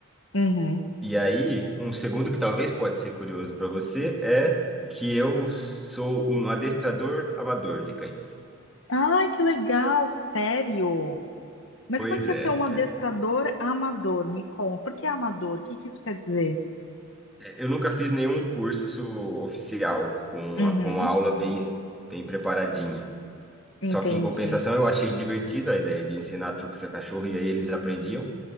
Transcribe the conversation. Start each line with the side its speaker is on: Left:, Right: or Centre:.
Left: Uhum.
Centre: E aí, um segundo que talvez pode ser curioso para você é que eu sou um adestrador amador de cães.
Left: Ai, que legal, sério. Mas
Centre: Pois
Left: como é que
Centre: é,
Left: é ser um adestrador
Centre: é.
Left: amador? Me conta. Por que amador? O que que isso quer dizer?
Centre: é, Eu nunca fiz nenhum curso oficial com
Left: Uhum,
Centre: a, com a aula bem, bem preparadinha.
Left: entendi.
Centre: Só que, em compensação, eu achei divertido a ideia de ensinar truques a cachorro e aí eles aprendiam.